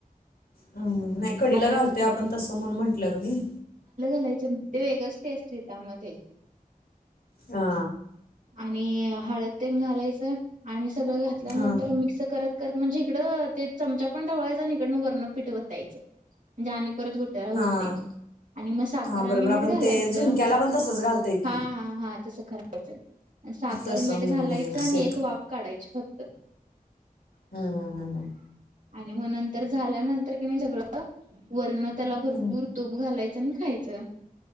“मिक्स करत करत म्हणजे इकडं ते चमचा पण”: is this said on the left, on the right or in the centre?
Right